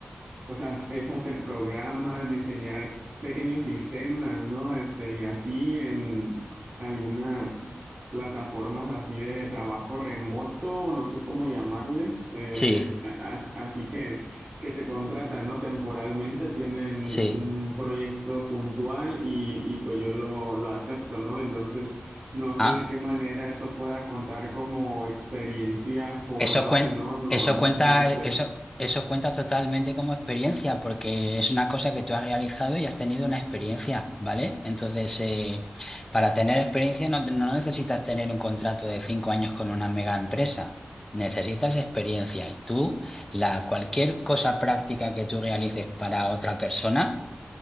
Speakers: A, on the right (about 35°); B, on the left (about 15°).
A: o sea, es hacer programas, diseñar pequeños sistemas, ¿no? Este, y así en algunas plataformas así de trabajo remoto, no sé cómo llamarles, eh,
B: Sí,
A: a- as- así que, que te contratan, ¿no? Temporalmente tienen
B: sí.
A: un proyecto puntual y, y pues yo lo, lo acepto, ¿no? Entonces, no sé
B: Ah.
A: de qué manera eso pueda contar como experiencia formal,
B: Eso cuen-
A: ¿no? No,
B: eso
A: no
B: cuenta,
A: sé.
B: eso, eso cuenta totalmente como experiencia, porque es una cosa que tú has realizado y has tenido una experiencia, ¿vale? Entonces, eh, para tener experiencia no, no necesitas tener un contrato de cinco años con una mega empresa. Necesitas experiencia y tú, la, cualquier cosa práctica que tú realices para otra persona.